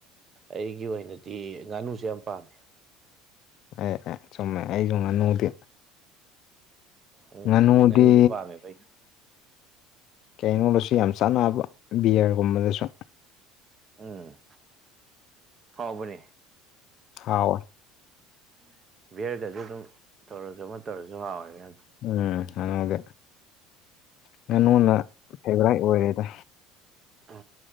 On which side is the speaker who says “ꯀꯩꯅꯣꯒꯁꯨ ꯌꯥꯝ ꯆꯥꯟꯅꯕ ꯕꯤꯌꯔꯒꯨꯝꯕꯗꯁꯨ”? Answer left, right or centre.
Left